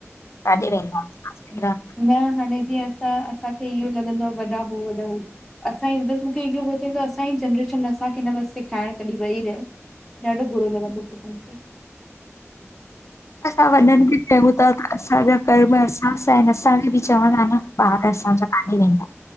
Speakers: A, in the centre; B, on the left.
A: <inaudible>
B: काॾे वेंदा हुआसीं।
A: न हाणे जीअं असां असांखे इहो जीअ लॻंदो आ, वॾा हो वॾा हो असांजी बसि मूंखे इहो पियो थे, त असांजी जनरेशन असांखे हिन बस्ते खाइण कॾी वेही रहे ॾाढो बुरो लॻंदो पोइ त मूंखे
B: असां वॾनि खे चऊ था त, असांजा कर्म असासा आहिनि असांखे बि चवंदा न ॿार असांजां काॾे वेंदा